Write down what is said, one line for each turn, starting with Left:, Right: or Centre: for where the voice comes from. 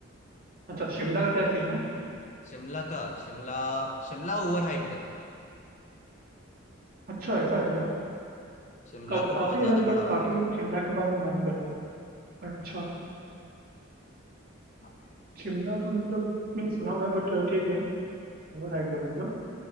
Right: अच्छा शिमला का क्या सीन है
Left: शिमला का शिमला शिमला ओवर हाइप्ड है
Right: अच्छा ऐसा है क्या
Left: शिमला
Right: कब
Left: को
Right: काफी
Left: बहुत ज्यादा
Right: है ना मतलब
Left: बढ़ावा
Right: काफी
Left: दे दिया
Right: लोग शिमला के बारे में बात करते हैं अच्छा
Left: हाँ,
Right: शिमला का मतलब मैंने सुना हुआ है बट ठीक है ओवर हाइप्ड है मतलब